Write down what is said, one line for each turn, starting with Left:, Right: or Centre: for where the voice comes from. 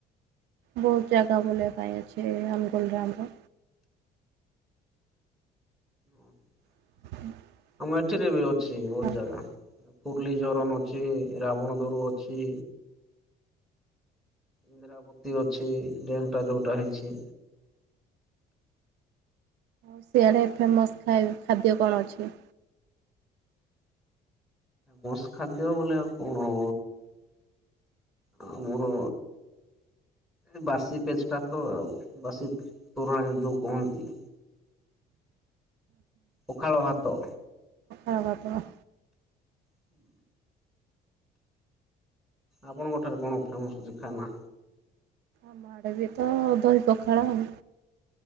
Right: ବହୁତ ଜାଗା ବୁଲିବା ପାଇଁ ଅଛି ଅନୁଗୁଳରେ ଆମର।
Centre: ଉଁ ହୁଁ।
Right: <unintelligible>
Centre: କୁମାଠୀ ରେ ବି ଅଛି ବହୁତ
Right: ଆଉ
Centre: ଜାଗା। ପୂର୍ଲୀ ଜରନ୍ ଅଛି, ରାବଣ ଦରୁ ଅଛି। ଇନ୍ଦ୍ରାବତୀ ଅଛି ଡ୍ୟାମ୍ ଟା ଯୋଉଟା ହେଇଛି।
Right: ସିଆଡ଼େ ଫେମସ୍ ଖାଇ ଖାଦ୍ୟ କଣ ଅଛି?
Centre: ବୋଷ୍ଟ ଖାଦ୍ୟ ବେଲେ ଆଉ କଣ? ଆଉ ମୋର ଏ ବାସି ପେଷ୍ଟା ଟା ତ ଆଉ ବାସି ତୋରାଣି ଯୋଉ କହନ୍ତି। ପଖାଳ ଭାତ।
Right: ଆଉ ବାପା
Centre: ହୁଁ। ଆପଣଙ୍କ ଠାରେ କଣ ଫେମସ୍ ଅଛି ଖାଏମା?
Right: ଆମ ଆଡ଼େ ବି ତ ଦହି ପଖାଳ ଆଉ।